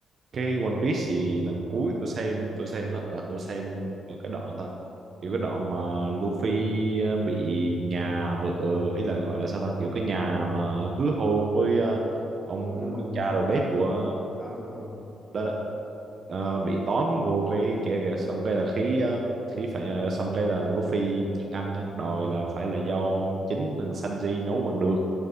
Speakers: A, on the right; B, in the centre.
A: cái One Piece thì lần cuối tôi xem tôi xem đó là tôi xem ở cái đoạn thôi kiểu cái đoạn mà Luffy ờ, bị nhà vợ ờ, ý là gọi là sao ta kiểu cái nhà mà hứa hôn với ờ, ông
B: ừ
A: với cha đầu bếp của
B: ờ ờ
A: đó đó Ờ, bị tóm vô cái kia kìa xong cái là khí ờ, khí phải ờ, xong cái là lúc phi ăn á, đòi là phải là do chính thằng Sanji nấu bằng được